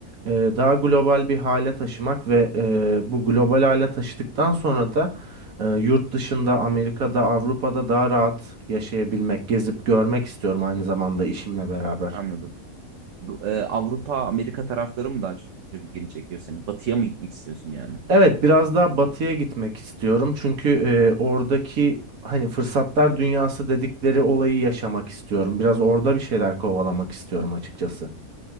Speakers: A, on the right; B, on the right.
A: e, daha global bir hale taşımak ve e, bu global hale taşıdıktan sonra da e, yurt dışında Amerika'da, Avrupa'da daha rahat yaşayabilmek, gezip görmek istiyorum aynı zamanda işimle beraber.
B: Anladım. Bu, e, Avrupa, Amerika tarafları mı daha çok ilgini çekiyor senin? Batıya mı gitmek istiyorsun yani?
A: Evet, biraz daha batıya gitmek istiyorum çünkü e, oradaki hani fırsatlar dünyası dedikleri olayı yaşamak istiyorum. Biraz orada bir şeyler kovalamak istiyorum açıkçası.